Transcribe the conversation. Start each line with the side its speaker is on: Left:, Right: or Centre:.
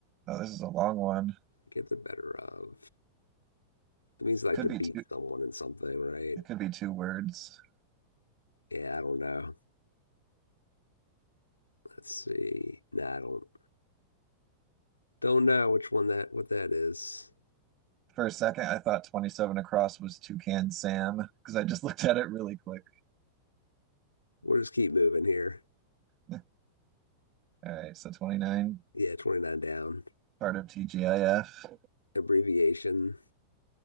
Right: Oh, this is a long one.
Left: Get the better of. It means like
Right: Could
Left: to
Right: be
Left: beat
Right: two,
Left: someone in something, right?
Right: it could be two words.
Left: Yeah, I don't know. Let's see. Nah, I don't don't know which one that what that is.
Right: For a second, I thought 27 across was Toucan Sam because I just <laughs> looked at it really quick.
Left: We'll just keep moving here.
Right: <laughs> All right, so 29,
Left: Yeah, 29 down.
Right: part of TGIF.
Left: Abbreviation.